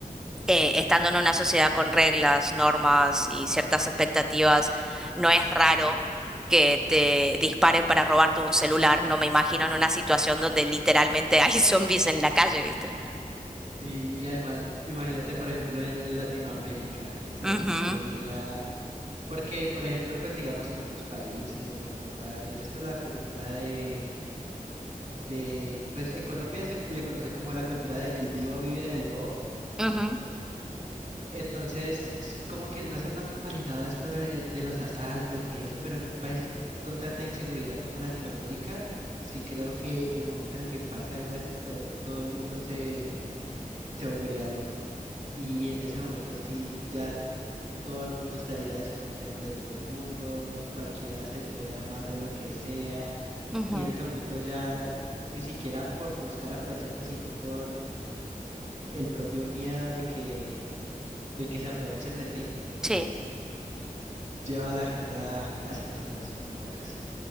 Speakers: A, in the centre; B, on the right (about 55°).
A: eh, estando en una sociedad con reglas, normas y ciertas expectativas, no es raro que te disparen para robarte un celular. No me imagino en una situación donde literalmente hay <laughs> zombies en la calle, ¿viste?
B: Y, y además, imagínate, por ejemplo, en Latinoamérica, eso
A: Ujú,
B: sí sería, porque, por ejemplo, pues digamos en otros países, Europa, y esto la cultura de de, pues en Colombia se le conoce como la cultura de el vivo vive del bobo.
A: ujú,
B: Entonces, s- como que no está tan normalizado esto de, de los asaltos y eso, pero en un país con tanta inseguridad como Latinoamérica, sí creo que en el momento en el que pase algo así, todo, todo el mundo se, se volvería loco. Y en ese momento sí ya todo el mundo estaría desconfiando de todo el mundo, cualquiera se puede armar de lo que sea,
A: ujú.
B: y en ese momento ya ni siquiera por buscar aprovecharte, sino por el propio miedo de que, de que se aprovechen de ti,
A: Sí.
B: lleva a la gente a, a hacer cosas muy locas.